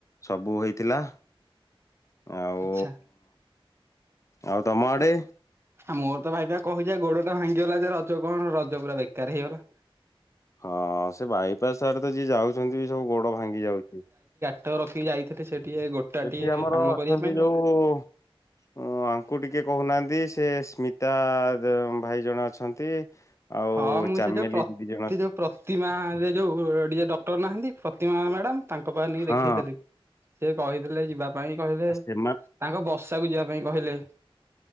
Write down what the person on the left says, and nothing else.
ସବୁ ହେଇଥିଲା। ଆଉ
ଆଉ ତମ ଆଡେ?
ହଁ ସେ ବାଇପାସ ଆଡେ ତ ଯିଏ ଯାଉଛନ୍ତି ବି ସବୁ ଗୋଡ ଭାଙ୍ଗି ଯାଉଛି।
ସେଠି
ଆମର
ଅଛନ୍ତି
ଯୋଉ
ଅଁ ଆଙ୍କୁ ଟିକେ କହୁନାହାନ୍ତି। ସେ ସ୍ମିତା-ଆ-ଆ-ଆ ତ ଭାଇ ଜଣେ ଅଛନ୍ତି। ଆଉ
ଚାମେଲି
ଦିଦି ଜଣ
ହଁ
ଆ ସେମା